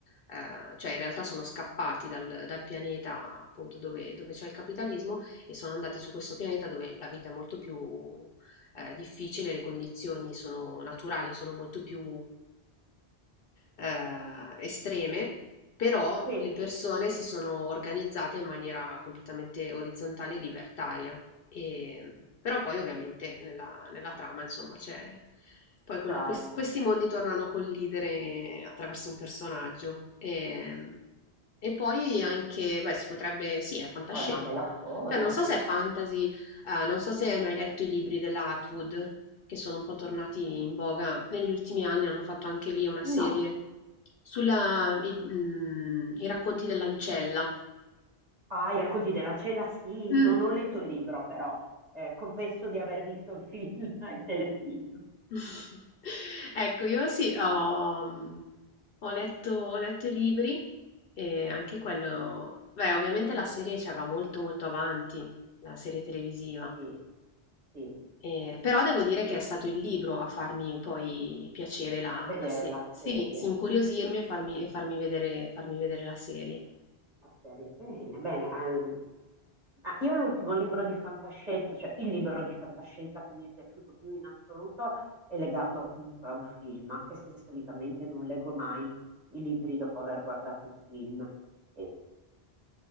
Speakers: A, on the left; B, on the right.
A: eh, cioè, in realtà sono scappati dal, dal pianeta appunto dove, dove c'è il capitalismo e sono andati su questo pianeta dove la vita è molto più eh, difficile, le condizioni sono naturali, sono molto più eh, estreme però
B: sì,
A: le persone
B: sì,
A: si sono organizzate in maniera completamente orizzontale e libertaria. E- però poi ovviamente nella, nella trama, insomma, c'è... Poi quel-
B: cioè
A: quest- questi mondi tornano a collidere attraverso un personaggio. E, e poi anche, beh, si potrebbe... Sì, è fantascienza.
B: è una papà bella no, storia.
A: Cioè, non so se è fantasy, eh, non so se hai mai letto i libri della Atwood che sono un po' tornati in voga negli ultimi anni, hanno fatto anche lì
B: Mm,
A: una serie
B: No,
A: sulla, i, mm, i racconti dell'ancella.
B: ah, i racconti dell'ancella sì,
A: Mm.
B: non ho letto il libro però, eh, confesso di aver visto il film, <laughs> il telefilm,
A: <laughs> Ecco, io sì, ho, mm, ho letto, ho letto i libri e anche quello, beh, ovviamente la serie cioè, va molto molto avanti, la serie televisiva,
B: sì, sì,
A: Eh,
B: sì.
A: però devo dire che
B: Mm,
A: è stato il libro a farmi poi piacere la,
B: Vedere
A: la serie,
B: la
A: sì,
B: serie.
A: sì, incuriosirmi e farmi, e farmi vedere, farmi vedere la serie.
B: Marcello. Bene, bene. ehm, ah, io l'ultimo libro di fantascienza, cioè il libro di fantascienza che mi è piaciuto più in assoluto è legato comunque a un film, anche se solitamente non leggo mai i libri dopo aver guardato il film. E-